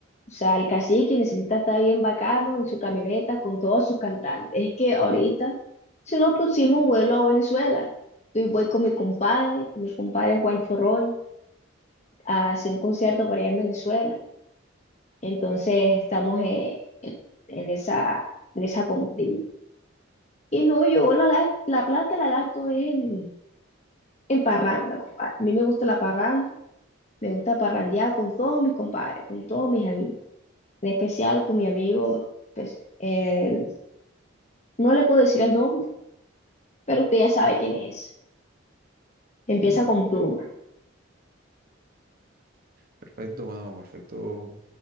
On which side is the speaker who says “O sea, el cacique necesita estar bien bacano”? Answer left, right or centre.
Left